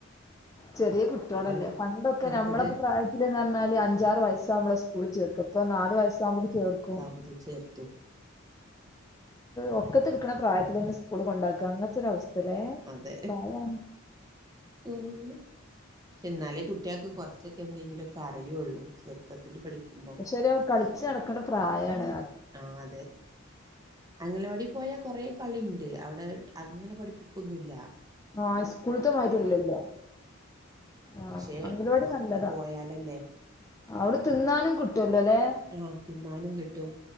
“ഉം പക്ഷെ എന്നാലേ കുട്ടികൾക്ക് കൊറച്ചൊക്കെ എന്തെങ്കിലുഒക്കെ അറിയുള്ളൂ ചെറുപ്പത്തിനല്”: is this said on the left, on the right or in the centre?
Right